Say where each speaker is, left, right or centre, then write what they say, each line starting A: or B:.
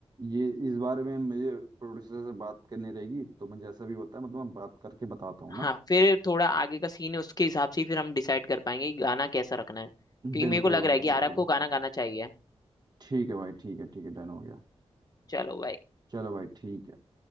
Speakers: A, on the right; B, on the left.
A: ये इस बारे में मुझे प्रोड्यूसर से बात करनी रहेगी तो मैं जैसा भी होता है मतलब मैं बात करके बताता हूँ ना
B: हाँ फिर थोड़ा आगे का सीन है उसके हिसाब से ही फिर हम डिसाइड कर पाएंगे कि गाना कैसा रखना है क्योंकि
A: बिल्कुल
B: मेरे को लग
A: भाई
B: रहा है कि
A: बिल्कुल
B: आरव को गाना गाना चाहिए
A: ठीक है भाई ठीक है ठीक है डन हो गया
B: चलो भाई
A: चलो भाई ठीक है